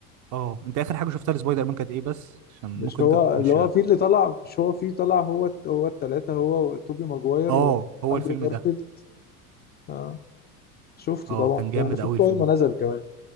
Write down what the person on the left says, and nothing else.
مش
هو
اللي هو فيه اللي طلع مش هو فيه طلع هو الت- هو الثلاثه هو توبي ماجواير
واندرو
جارفيلد
اه شفته
طبعا
ده شفته
اول ما
نزل كمان